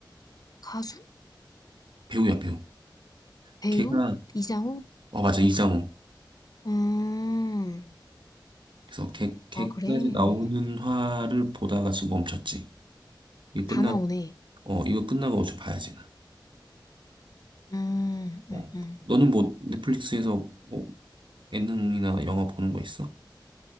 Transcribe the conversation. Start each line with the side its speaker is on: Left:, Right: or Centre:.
Left: 가수?
Right: 배우야, 배우.
Left: 배우?
Right: 걔가,
Left: 이장우?
Right: 어, 맞아, 이장우.
Left: 음,
Right: 그래서 걔, 걔까지
Left: 아, 그래.
Right: 나오는 화를 보다가 지금 멈췄지. 이거 끝나,
Left: 다 나오네.
Right: 어, 이거 끝나고 어제 봐야지, 나.
Left: 음,
Right: 어.
Left: 음, 음.
Right: 너는 뭐, 넷플릭스에서 뭐, 예능이나 영화 보는 거 있어?